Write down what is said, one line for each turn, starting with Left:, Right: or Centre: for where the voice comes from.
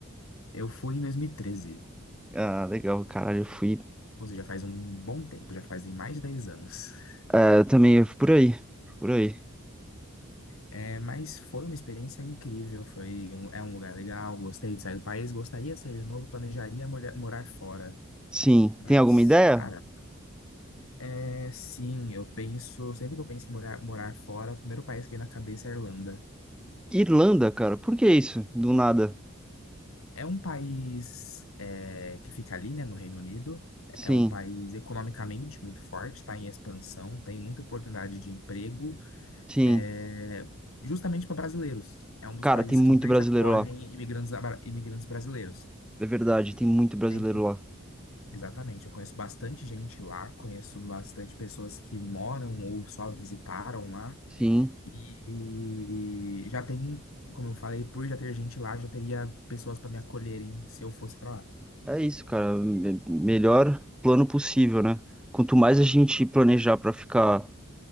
Left: Eu fui em dois mil e treze
Centre: Ah, legal, caralho, eu fui.
Left: ou seja, faz um bom tempo, já fazem mais de 10 anos. <laughs>
Centre: É, eu também, eu fui por aí, por aí.
Left: É, mas foi uma experiência incrível, foi um- é um lugar legal, gostei de sair do país, gostaria de sair de novo, planejaria molha- morar fora.
Centre: Sim,
Left: Mas,
Centre: tem alguma ideia?
Left: cara, é sim, eu penso, sempre que eu penso em morar, morar fora, o primeiro país que vem na cabeça é a Irlanda.
Centre: Irlanda, cara, por que isso? Do nada.
Left: É um país é, que fica ali, né, no Reino Unido.
Centre: Sim,
Left: É um país economicamente muito forte, está em expansão, tem muita oportunidade de emprego,
Centre: sim.
Left: é, justamente para brasileiros. É um dos
Centre: Cara,
Left: países
Centre: tem muito
Left: que mais
Centre: brasileiro
Left: acolhem
Centre: lá.
Left: imigrantes, abra- imigrantes brasileiros.
Centre: É verdade, tem muito brasileiro
Left: Tenho,
Centre: lá.
Left: exatamente, eu conheço bastante gente lá, conheço bastante pessoas que moram ou só visitaram lá.
Centre: Sim,
Left: E, e já tem, como eu falei, por já ter gente lá, já teria pessoas para me acolherem se eu fosse para lá.
Centre: é isso, cara. Me- Melhor plano possível, né? Quanto mais a gente planejar pra ficar